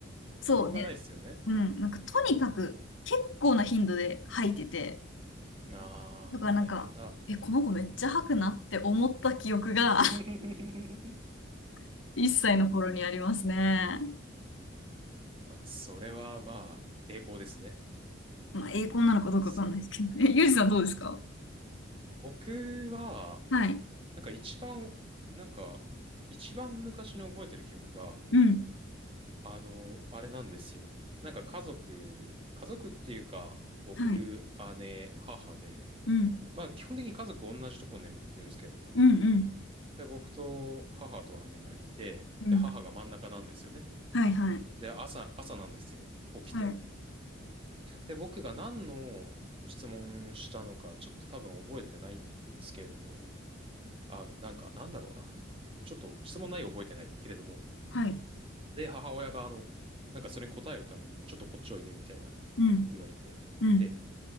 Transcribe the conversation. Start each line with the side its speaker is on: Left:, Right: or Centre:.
Left: そうね、
Right: しょうがないっすよね。
Left: うん、なんかとにかく結構な頻度で吐いてて、
Right: あー、
Left: だからなんか、
Right: 大変だ。
Left: え、この子めっちゃ吐くなって思った記憶が
Right: <laughs>
Left: <laughs> 1歳の頃にありますね。
Right: わそれはまあ、栄光ですね。
Left: まあ、栄光なのかどうかわかんないですけど。
Right: すごい。
Left: え、<laughs> ゆうじさんどうですか
Right: 僕は、
Left: はい。
Right: なんか一番、なんか、一番昔の覚えてる記憶が、
Left: うん。
Right: あの、あれなんですよ。なんか家族、家族っていうか、僕、
Left: はい。
Right: 姉、母で、
Left: うん。
Right: まあ基本的に家族同じとこ眠ってるんですけれども、
Left: うん。うん。
Right: で、僕と母と姉がいて、
Left: うん。
Right: で、母が真ん中なんですよね。
Left: はい。はい。
Right: で、朝、朝なんですよ。起きて。
Left: はい。
Right: で、僕が何の質問したのか、ちょっと多分覚えてないんですけれども、あの、なんか、なんだろうな。ちょっと質問内容覚えてないけれども、
Left: はい。
Right: で、母親が、あの、なんかそれに答えるために、ちょっとこっちおいで、みたいな
Left: うん。
Right: 言われて。
Left: うん。
Right: で、